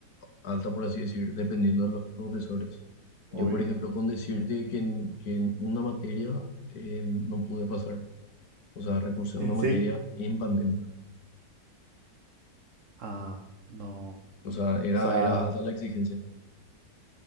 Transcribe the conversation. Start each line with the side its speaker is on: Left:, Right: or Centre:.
Left: alta, por así decir, dependiendo de los profesores.
Right: obvio.
Left: Yo, por ejemplo, con decirte que en, que en una materia eh, no pude pasar, o sea, recursé a
Right: ¿En
Left: una materia
Right: serio?
Left: en pandemia.
Right: Ah, no.
Left: O sea, era,
Right: O sea,
Left: era alta la exigencia,